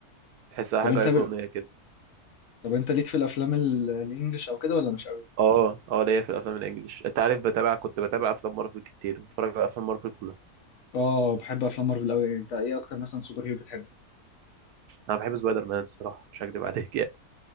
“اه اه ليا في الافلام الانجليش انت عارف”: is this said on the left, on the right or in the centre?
Right